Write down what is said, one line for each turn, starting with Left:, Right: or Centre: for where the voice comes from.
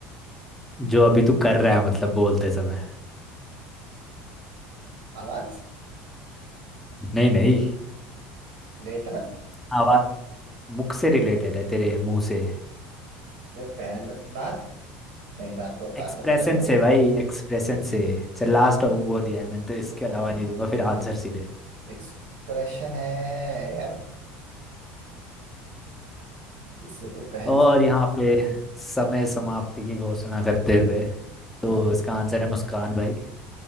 Centre: जो अभी तू कर रहा है मतलब बोलते समय
Right: आवाज
Centre: नहीं नहीं
Right: लेटना
Centre: आवाज मुख से रिलेटेड है तेरे मुंह से
Right: ये पहन सक- दांत नहीं दांत तो उतार
Centre: एक्सप्रेशन
Right: सकता है तो
Centre: से भाई एक्सप्रेशन से चल लास्ट वो दिया है मैंने तो इसके अलावा नहीं दूंगा फिर आंसर सीधे
Right: एक्सप्रेशन है यार जिससे तो पहन
Centre: और
Right: सक
Centre: यहाँ पे समय समाप्ति की घोषणा करते हुए तो इसका आंसर है मुस्कान भाई